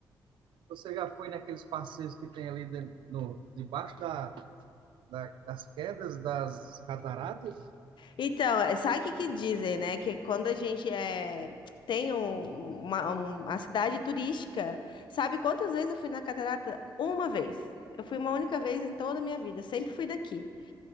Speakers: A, on the right; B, on the left.
A: Você já foi naqueles passeios que tem ali dentro, no, debaixo da, da- das quedas das cataratas?
B: Então, é, sabe o que que dizem, né? Que quando a gente é, tem um- uma, uma cidade turística, sabe quantas vezes eu fui na Catarata? Uma vez. Eu fui uma única vez em toda a minha vida. Sempre fui daqui.